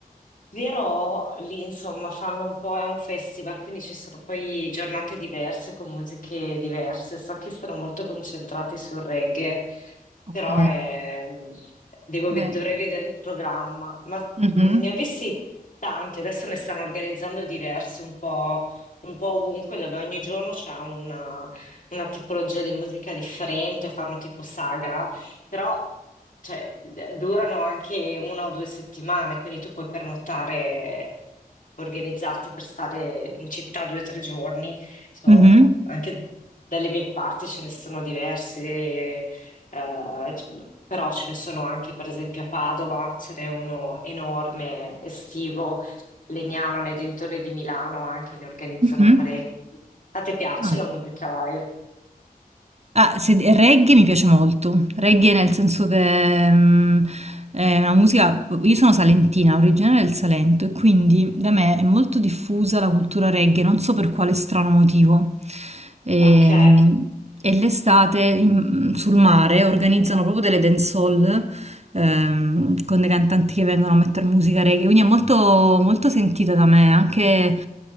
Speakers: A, on the left; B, on the right.
A: Però lì insomma fanno un po', è un festival, quindi ci sono poi giornate diverse con musiche diverse. So che sono molto concentrati sul reggae,
B: ok,
A: però è- devo
B: beh,
A: ve- dovrei vedere il programma. Ma
B: mhm,
A: ne ho visti tanti, adesso ne stanno organizzando diversi un po', un po' ovunque, dove ogni giorno c'è una una tipologia di musica differente, fanno tipo sagra, però cioè, d- durano anche una o due settimane, quindi tu puoi pernottare, organizzarti per stare in città due o tre giorni. Insomma,
B: mhm,
A: anche dalle mie parti ce ne sono diversi, eh, c- però ce ne sono anche per esempio a Padova, ce n'è uno enorme, estivo, Legnano, nei dintorni di Milano anche ne organizzano
B: mhm.
A: parecchi. A te piace
B: Ah.
A: la musica live?
B: Ah, se- reggae mi piace molto. Reggae nel senso che mm, è una musica. Io sono salentina, originaria del Salento, e quindi da me è molto diffusa la cultura reggae, non so per quale strano motivo. Ehm,
A: Ok,
B: E, l'estate in- sul mare organizzano proprio delle dancehall ehm, con dei cantanti che vengono a mettere musica reggae, quindi è molto, molto sentita da me, anche,